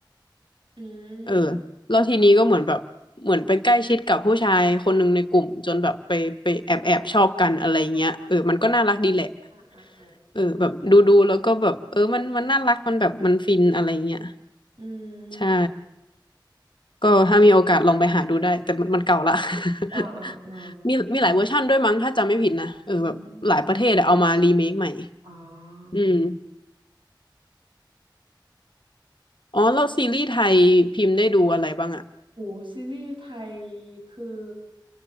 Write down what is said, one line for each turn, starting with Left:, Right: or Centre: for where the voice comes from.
Right: อื
Left: เออ
Right: ม
Left: แล้วทีนี้ก็เหมือนแบบเหมือนไปใกล้ชิดกับผู้ชายคนหนึ่งในกลุ่มจนแบบไปไปแอบแอบชอบกันอะไรเงี้ยเออมันก็น่ารักดีแหละ
Right: อ่าอ่าอ่าอ่า
Left: เออแบบดูดูแล้วก็แบบเออมันมันน่ารักมันแบบมันฟินอะไรเงี้ย
Right: อืม
Left: ใช่ ก็ถ้ามีโอกาสลองไปหาดูได้แต่มันมันเก่าละ <laughs>
Right: อ่าอ่าอ่า
Left: มีมีหลายเวอร์ชั่นด้วยมั้งถ้าจำไม่ผิดนะเออแบบหลายประเทศอะเอามารีเมคใหม่
Right: อืมอ๋อ
Left: อืมอ๋อแล้วซีรีส์ไทยพิมพ์ได้ดูอะไรบ้างอะ
Right: โอ้ซีรีส์ไทยคือ